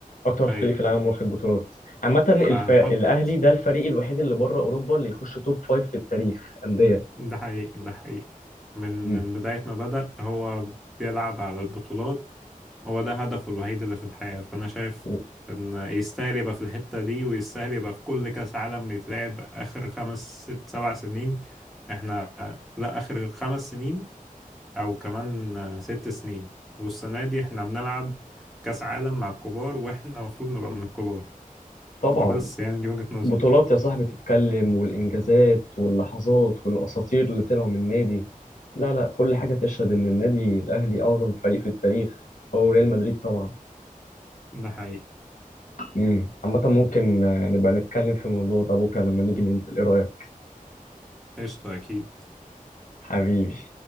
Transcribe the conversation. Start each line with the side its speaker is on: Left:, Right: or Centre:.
Left: أكتر
Centre: ايوه
Left: فريق في العالم واخد بطولات عامة الف...
Centre: فهنحط
Left: الأهلي ده الفريق الوحيد اللي بره أوروبا اللي يخش توب فايف في التاريخ أندية
Centre: ده حقيقي ده حقيقي من
Left: مم.
Centre: من بداية ما بدأ هو بيلعب على البطولات هو ده هدفه الوحيد اللي في الحياة فأنا شايف
Left: و-
Centre: إن يستاهل يبقى في الحتة دي ويستاهل يبقى في كل كأس عالم بيتلعب آخر خمس ست سبع سنين إحنا لا آخر خمس سنين أو كمان ست سنين والسنة دي إحنا بنلعب كأس عالم مع الكبار وإحنا المفروض نبقى من الكبار
Left: طبعا
Centre: فبس يعني دي وجهة نظري
Left: بطولات يا صاحبي تتكلم والإنجازات واللحظات والأساطير اللي طلعوا من النادي لا لا كل حاجة تشهد إن النادي الأهلي أعظم فريق في التاريخ هو ريال مدريد طبعا
Centre: ده حقيقي
Left: مم. عامة ممكن آه، نبقى نتكلم في الموضوع ده بكرة لما نيجي ننزل إيه رأيك
Centre: قشطة أكيد
Left: حبيبي